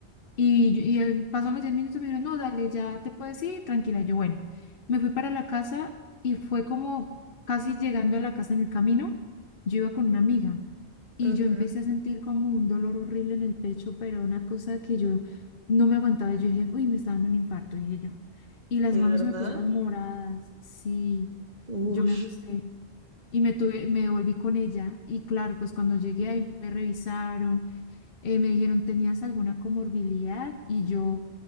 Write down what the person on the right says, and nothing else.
ujú.
¿De
verdad?
Ush.